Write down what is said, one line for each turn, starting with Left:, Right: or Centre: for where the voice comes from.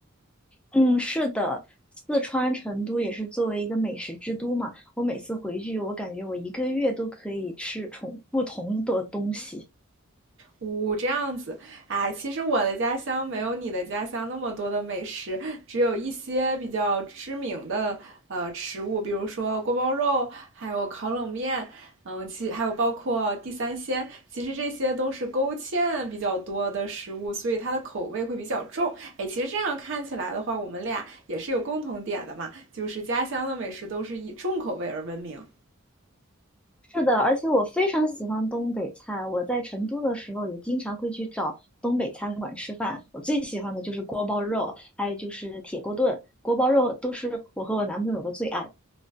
Centre: 嗯，是的，四川成都也是作为一个美食之都嘛，我每次回去，我感觉我一个月都可以吃重不同的东西。
Right: 呜，这样子，哎，其实我的家乡没有你的家乡那么多的美食，只有一些比较知名的呃食物，比如说锅包肉，还有烤冷面，嗯，其还有包括地三鲜，其实这些都是勾芡比较多的食物，所以它的口味会比较重。哎，其实这样看起来的话，我们俩也是有共同点的嘛，就是家乡的美食都是以重口味而闻名。
Centre: 是的，而且我非常喜欢东北菜。我在成都的时候也经常会去找东北餐馆吃饭。我最喜欢的就是锅包肉，还有就是铁锅炖。锅包肉都是我和我男朋友的最爱。